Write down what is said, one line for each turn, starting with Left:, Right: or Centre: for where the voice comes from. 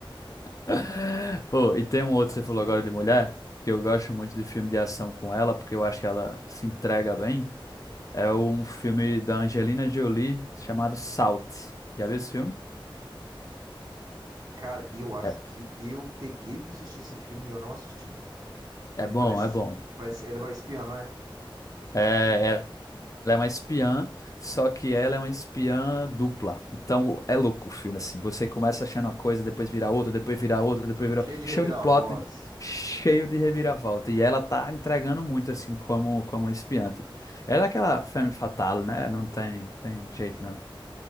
Left: <laughs> Pô, e tem um outro,
Right: Engraçado,
Left: você falou agora
Right: né,
Left: de
Right: cara?
Left: mulher, que eu gosto muito de filme de ação com ela, porque eu acho que ela se entrega bem. É um filme da Angelina Jolie chamado Salt. Já viu esse filme?
Right: Cara, eu acho
Left: É,
Right: que eu peguei pra assistir esse filme e eu não assisti. Ele
Left: é bom,
Right: parece,
Left: é bom.
Right: parece, ele é espião, não é?
Left: É, ela é uma espiã, só que ela é uma espiã dupla. Então é louco o filme, assim. Você começa achando uma coisa, depois vira outra, depois vira outra, depois vira.
Right: Cheio
Left: outra.
Right: de
Left: Cheio
Right: reviravoltas.
Left: de plot, cheio de reviravolta. E ela tá entregando muito, assim, como, como espiã. tipo. Ela é aquela femme fatale, né? Não tem, tem jeito, não.